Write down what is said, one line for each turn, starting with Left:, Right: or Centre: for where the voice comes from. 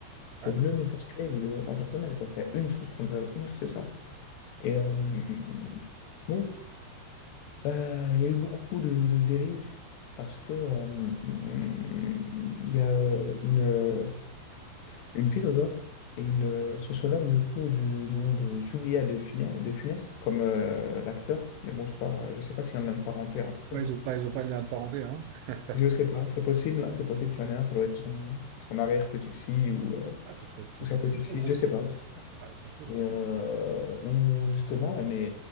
Left: c'est
Right: D'accord.
Left: le message clé du développement personnel, quoi. C'est une chose qu'on devrait retenir, c'est ça. Et euh, bon, Euh, il y a eu beaucoup de, de dérives parce que euh, il y a euh, une, euh, une philosophe et une euh, sociologue du coup du nom de Julia de Funès, de Funès comme euh, l'acteur, mais bon je crois, je sais pas s'il y en a une lien parenté entre.
Right: Ouais, ils ont pas, ils ont pas de lien de parenté, hein. <laughs>
Left: Je sais pas, c'est possible, hein, c'est possible qu'il y en ait un, ça doit être son, son arrière-petite-fille ou, euh,
Right: Ah, c'est très, ça-
Left: ou
Right: c'est
Left: sa petite-fille,
Right: trop trop drôle.
Left: je sais pas.
Right: Ouais, c'est trop drôle.
Left: Et euh, où justement elle met,